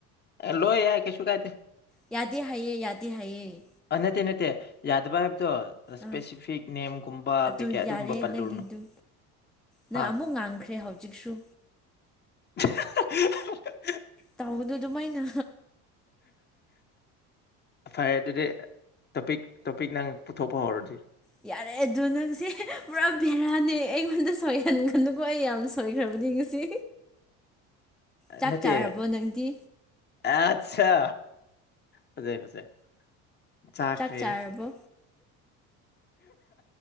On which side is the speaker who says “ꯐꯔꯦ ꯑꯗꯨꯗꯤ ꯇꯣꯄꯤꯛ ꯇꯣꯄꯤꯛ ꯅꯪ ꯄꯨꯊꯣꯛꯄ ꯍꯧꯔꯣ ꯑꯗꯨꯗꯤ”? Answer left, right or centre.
Left